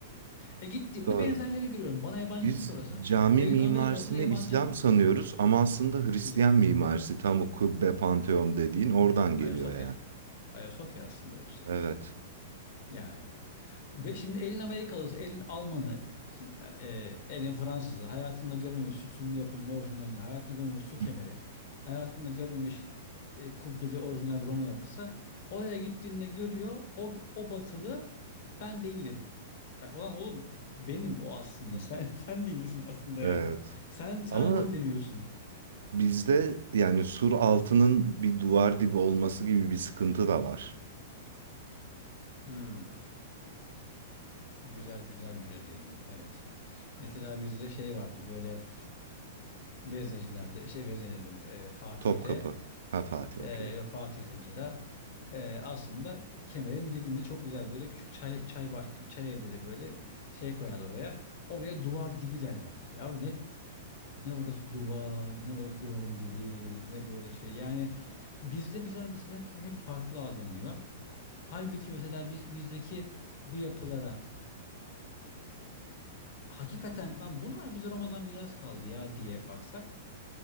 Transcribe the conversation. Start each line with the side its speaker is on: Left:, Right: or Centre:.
Left: E gittiğimde
Right: Doğru.
Left: benzerlerini görüyorum. Bana yabancı
Right: Biz
Left: değil ki orası.
Right: cami
Left: Elin
Right: mimarisini
Left: Amerikalısına yabancı
Right: İslam
Left: ama.
Right: sanıyoruz ama aslında Hristiyan
Left: Değil.
Right: mimarisi tam o kubbe panteon dediğin oradan geliyor
Left: Ayasofya.
Right: yani.
Left: Ayasofya aslında hepsi.
Right: Evet.
Left: Yani Ve şimdi elin Amerikalısı, elin Almanı, şimdi, e, elin Fransızı, hayatında görmemiş sütunlu yapının orijinalini, hayatında görmemiş su kemeri,
Right: <laughs>
Left: hayatında görmemiş e, kubbeli orijinal bir Roma yapısı. Oraya gittiğinde görüyor, o, o batılı ben değilim. Ben, ulan oğlum benim o aslında,
Right: Hı.
Left: sen, <laughs> sen değilsin aslında
Right: Evet.
Left: yani. Sen, sen
Right: Ama
Left: rolleniyorsun.
Right: bizde yani sur altının bir duvar dibi olması gibi bir sıkıntı da var.
Left: Hmm. Güzel güzel bir yere değindin. Evet. Mesela bizde şey vardır böyle Veznecilerde, şey Veznecilerim, e, Fatih'te
Right: Topkapı. Ha Fatih
Left: Ee,
Right: okey.
Left: Fatih ise mesela ee, aslında kemerin dibinde çok güzel böyle küçük çay çay bah- çay evleri böyle şey koyarlar oraya. Oraya duvar dibi derler mesela. Abi ne ne orası duvar, ne orası duvarın dibi, ne böyle şey. Yani bizde mesela mesela hep, hep farklı algılanıyor. Halbuki mesela biz bizdeki bu yapılara hakikaten lan bunlar bize Roma'dan miras kaldı ya diye baksak